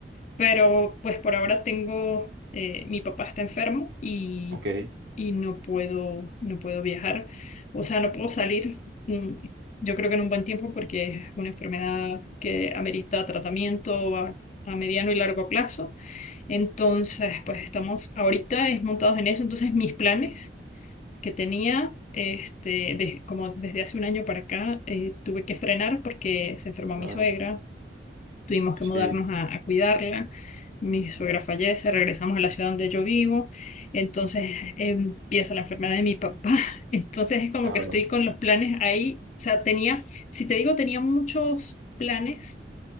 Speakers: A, on the left; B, on the right.
A: pero pues por ahora tengo, eh, mi papá está enfermo y,
B: ok,
A: y no puedo, no puedo viajar, o sea, no puedo salir, mm, yo creo que en un buen tiempo porque es una enfermedad que amerita tratamiento a, a mediano y largo plazo. Entonces, pues estamos ahorita es montados en eso. Entonces, mis planes que tenía, este, de- como desde hace un año para acá, eh, tuve que frenar porque se enfermó
B: claro,
A: mi suegra tuvimos que
B: sí,
A: mudarnos a, a cuidarla. Mi suegra fallece, regresamos a la ciudad donde yo vivo, entonces empieza la enfermedad de mi papá. <laughs> Entonces es como
B: claro,
A: que estoy con los planes ahí. O sea, tenía, si te digo, tenía muchos planes